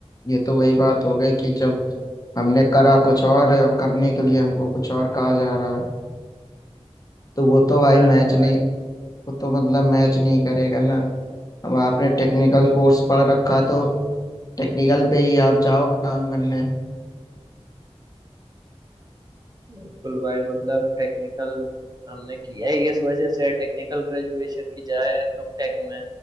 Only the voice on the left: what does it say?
ये तो वही बात हो गई कि जब हमने करा कुछ और और करने के लिए हमको कुछ और कहा जा रहा है तो वो तो भाई
मैच
नहीं वो तो मतलब मैच नहीं करेगा ना अब आपने टेक्निकल कोर्स पढ़ रखा तो टेक्निकल पे ही आप जाओगे काम करने